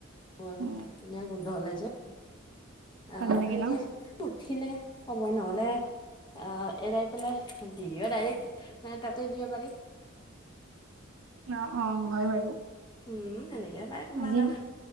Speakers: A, on the left; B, on the right.
A: আৰু
B: অ
A: ধুনীয়া গোন্ধ ওলাই যে। আহ
B: ভাল লাগে
A: সেনেকে
B: ন
A: উঠিলে কবই নহলে, আহ এৰাই পেলাই দি দিবা ডাইৰেক্ট, মান তাতে দিব পাৰি।
B: অ, অ, হয় বাৰু।
A: উম, সেনেকে পাই কিমান
B: আজি
A: আৰু